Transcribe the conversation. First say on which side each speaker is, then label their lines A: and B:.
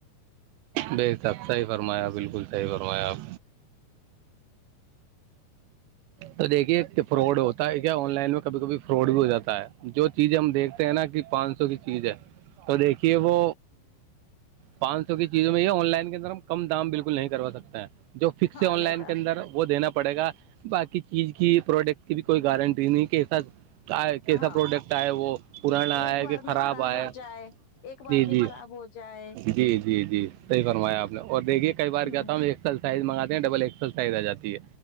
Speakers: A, on the right; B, on the left.
A: ب صحب صحی فرمایا بالکل صحی فرمایا آپ تو دیکھیے فراڈ ہوتا ہے کیا آن لائن میں کبھی کبھی فراڈ بھی ہو جاتا ہے جو چیز ہم دیکھتے ہیں نا کہ پانچ سو کی چیز ہے تو دیکھیے وہ پانچ سو کی چیزوں میں یہ آن لائن کے اندر ہم کم دام بالکل نہیں کروا سکتے ہیں جو فکس
B: ہاں
A: ہے آن
B: نہیں
A: لائن
B: کر
A: کے اندر
B: سکتے
A: وہ دینا پڑے گا باقی چیز کی پروڈکٹ کی بھی کوئی گارنٹی نہیں کہسا کیسا
B: ہاں
A: پروڈکٹ آئے وہ پرانا
B: ایک
A: آیا
B: بار
A: کہ
B: میں
A: خراب آیا
B: ہو جائے ایک بار
A: جی
B: میں
A: جی
B: خراب ہو جائے
A: جی جی جی صحیح فرمایا آپ نے اور دیکھیے کئی بار
B: ہ
A: کہ تھاوں ایک سال سائز منگاتے ہیں ڈبل ایکسل سائز آ جاتی ہے